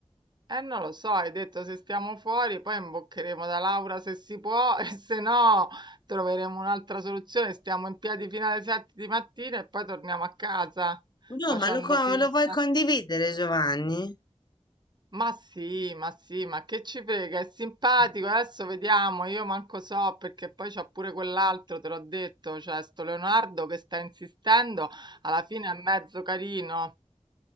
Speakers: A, on the right; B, on the left.
A: Eh, non lo so, hai detto se stiamo fuori, poi imboccheremo da Laura se si può <laughs> e se no troveremo un'altra soluzione. Stiamo in piedi fino alle 7 di mattina e poi torniamo a casa
B: No,
A: facendo
B: ma lo, co-
A: finta.
B: lo vuoi condividere, Giovanni?
A: Ma sì, ma sì, ma che ci frega, è simpatico,
B: Eh,
A: adesso vediamo, io manco so perché poi c'ha pure quell'altro, te l'ho detto, cioè sto Leonardo che sta insistendo, alla fine è mezzo carino.